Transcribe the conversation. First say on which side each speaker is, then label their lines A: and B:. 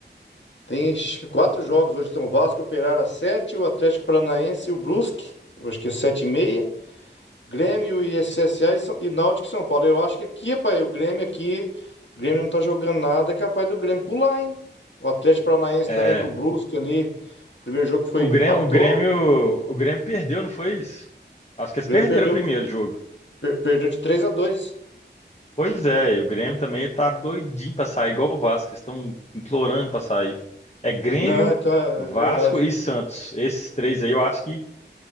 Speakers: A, on the left; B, on the left.
A: tem acho que quatro jogos hoje. Tem o Vasco, e o Operário às sete, o Atlético Paranaense e o Brusque. Eu acho que é sete e meia. Grêmio e CSA e, São- e Náutico e São Paulo. Eu acho que aqui, pai, o Grêmio aqui, o Grêmio não tá jogando nada, é capaz do Grêmio pular, hein? O Atlético Paranaense
B: É.
A: também com o Brusque ali, o primeiro jogo foi
B: O Grêmio,
A: empatou,
B: o Grêmio, o Grêmio perdeu, não foi isso? Acho que
A: o
B: eles
A: Grêmio
B: perderam
A: perdeu,
B: o primeiro jogo.
A: per- perdeu de três a dois.
B: Pois é, e o Grêmio também tá doidinho pra sair, igual o Vasco. Eles estão implorando pra sair. É Grêmio,
A: Não, é, tá,
B: Vasco
A: é verdade.
B: e Santos. Esses três aí eu acho que